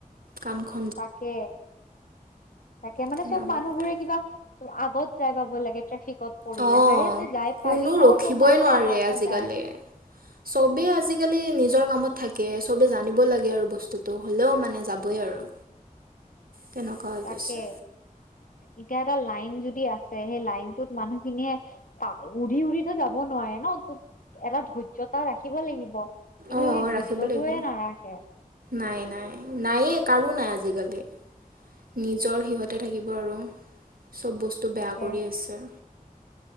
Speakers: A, on the right (about 85°); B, on the left (about 70°).
A: কাণ খ
B: তাকে, তাকে, মানে
A: তেনেকুৱা
B: চব মানুহবোৰে
A: কথা
B: কিবা ত আগত যাই পাব লাগে ট্ৰেফিকত পৰিলে
A: অ
B: হাৰে তই যাই
A: কোনো
B: পাবি
A: ৰখিবই
B: ন চব মানুহ
A: নোৱাৰে
B: এটা এটা
A: আজিকালি
B: যায়
A: চবেই আজিকালি নিজৰ কামত থাকে সবেই জানিব লাগে আৰু বস্তুটো হ'লেও মানে যাবই আৰু
B: <unintelligible>
A: তেনেকুৱা হৈ
B: তাকে
A: গৈছে
B: এতিয়া এটা লাইন যদি আছে সেই লাইনটোত মানুহখিনিয়ে উৰি উৰি ত যাব নোৱাৰে ন তোত এটা ধৈৰ্য্যতা ৰাখিব লাগিব। কিন্তু
A: অঁ
B: সেই ধৈৰ্য্যতোয়ে
A: ৰাখিব লাগিব
B: নাৰাখে
A: নাই নাই নায়ে কাৰো নাই আজিকালি নিজৰ সিহঁত থাকিব আৰু চব বস্তু
B: তাকে
A: বেয়া কৰি আছে